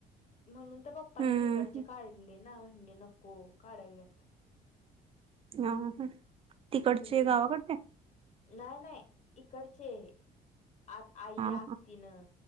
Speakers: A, on the left (about 45°); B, on the right (about 35°).
A: म्हणून त्या पप्पानी
B: हम्म
A: तिकडचे काढले ना! म्हनले नको काढूयात.
B: ह ह तिकडचे
A: हम्म
B: गावाकडचे?
A: नाही नाही इकडचे आत आई
B: हा
A: आत्तीन
B: हा